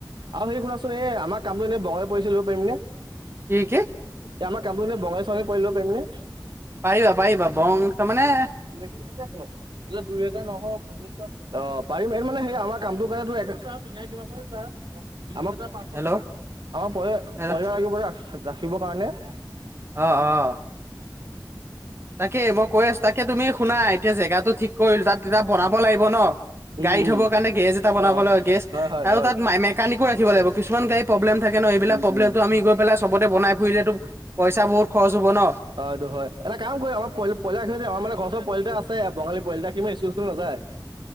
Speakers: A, on the right; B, on the right.
A: আৰু হেৰি শুনাচোন এ আমাৰ কামটো এনেই বঙাই পৰি চলিব পাৰিম নে?
B: কি কি
A: এ আমাৰ কামটো এনে বঙালী‌ ছোৱালী পোৱালী ল'ব পাৰিম নে?
B: পাৰিবা পাৰিবা বংগ তাৰ মানে।
A: <unintelligible> অ পাৰিম সেইটো মানে সেই আমাৰ কামটো। <unintelligible> আমাক প আমাৰ
B: হেল্ল'
A: <unintelligible> লাগিব
B: হেল্ল'
A: যে ৰাখিবৰ কাৰণে।
B: অহ অহ। তাকে মই কৈ আছো তাকে তুমি শুনা এতিয়া জেগাটো ঠিক কৰিল তাত এয়া বনাব লাগিব ন।
A: উম
B: গাড়ী
A: উম
B: থ'বৰ কাৰণে গেছ এটা বনাব
A: অ
B: লাগিব গেছ
A: হয় হয়
B: আৰু
A: হয়
B: তাত মেকানিকো ৰাখিব লাগিব কিছুমান গাড়ী প্ৰব্লেম। থাকে ন, এইবিলাক
A: উম
B: প্ৰবলেম
A: উম
B: আমি গৈ পেলাই চবতে বনাই ফুৰিলেতো পইচা বহুত খৰচ হ'ব ন।
A: অ এইটো হয় <unintelligible> আমাৰ মানে ঘৰৰ ওচৰ পোৱালী এটা আছে বঙালী পোৱালী এটা সি মানে স্কুল চিস্কুল নাযায়।